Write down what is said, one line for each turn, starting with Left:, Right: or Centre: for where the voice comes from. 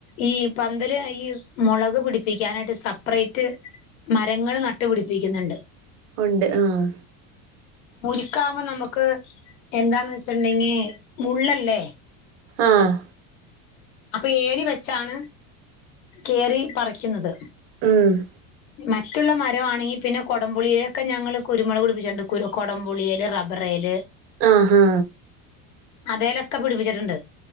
Left: ഈ പന്തല് ഈ മുളക് പിടിപ്പിക്കാനായിട്ട് സെപ്പറേറ്റ്, മരങ്ങള് നട്ടുപിടിപ്പിക്കുന്നുണ്ട്.
Right: ഉണ്ട് ആഹ്.
Left: മുരിക്കാവുമ്പോ നമുക്ക് എന്താന്ന് വെച്ചിട്ടുണ്ടെങ്കിൽ മുള്ളല്ലേ
Right: ആഹ്
Left: അപ്പൊ ഏണി വെച്ചാണ് കേറി പറിക്കുന്നത്
Right: ഉം
Left: മറ്റുള്ള മരമാണെങ്കിൽ പിന്നെ കുടംപുളിയിലൊക്കെ ഞങ്ങൾ കുരുമുളക് പിടിപ്പിച്ചിട്ടുണ്ട് കു കുടംപുളിയൽ റബ്ബറേൽ
Right: ആഹ് ആഹ്
Left: അതേലൊക്കെ പിടിപ്പിച്ചിട്ടുണ്ട്